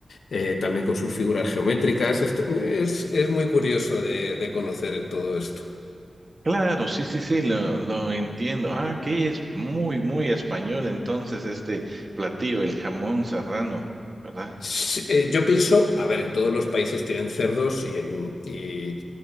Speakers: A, on the left; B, on the right.
A: eh, también con sus figuras geométricas. Esto es, es muy curioso de, de conocer todo esto.
B: Claro, sí, sí, sí, lo, lo entiendo. Ah, que es muy, muy español entonces este platillo, el jamón serrano, ¿verdad?
A: Sí, eh, yo pienso, a ver, en todos los países tienen cerdos y en, y,